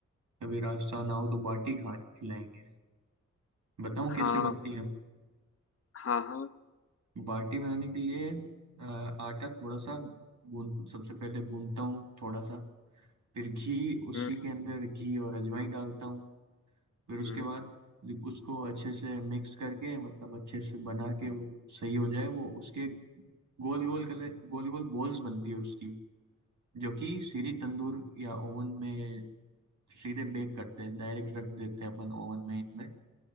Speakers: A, on the right; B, on the left.
A: कभी राजस्थान आओ तो बाटी खा खिलाएंगे बताऊं
B: हाँ
A: कैसे बनती है
B: हाँ हाँ
A: बाटी बनाने के लिए अ, आटा थोड़ा सा गूंद सबसे पहले गूंदता हूँ थोड़ा सा फिर घी उसी
B: हम्म
A: के अंदर घी और अजवाइन डालता हूँ फिर उसके
B: हम्म
A: बाद जो- उसको अच्छे से मिक्स करके मतलब अच्छे से बना के वो सही हो जाए वो उसके गोल गोल कलर गोल गोल बॉल्स बनती है उसकी जो कि सीधी तंदूर या ओवन में सीधे बेक करते हैं डायरेक्ट रख देते हैं अपन ओवन में इनमें